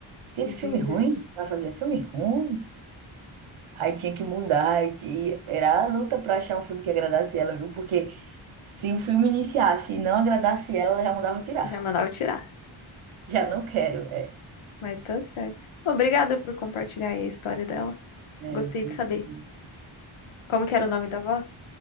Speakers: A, on the right; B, on the left.
A: Tira
B: Entendi.
A: esse filme ruim. Ela fazia filme ruim. Aí tinha que mudar. E que- era a luta pra achar um filme que agradasse ela, viu? Porque se o filme iniciasse e não agradasse ela, ela já mandava tirar.
B: Já mandava tirar.
A: <laughs> Já não quero. É,
B: Mas tá certo. Obrigada por compartilhar aí a história dela.
A: é,
B: Gostei de
A: muito
B: saber.
A: ruim.
B: Como que
A: E
B: era
A: você?
B: o nome da avó?